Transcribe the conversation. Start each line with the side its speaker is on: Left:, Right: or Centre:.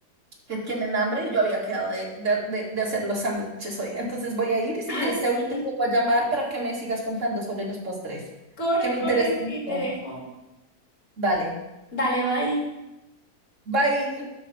Right: que tienen hambre y yo había quedado de, de- de- de hacer los sándwiches hoy. Entonces voy a ir y si
Left: Ay,
Right: quieres
Left: sí.
Right: te, te vuelvo a llamar para que me sigas contando sobre los postres,
Left: Corre,
Right: que me
Left: corre,
Right: interesan mucho.
Left: sí, te dejo.
Right: Dale,
Left: Dale, bye.
Right: bye.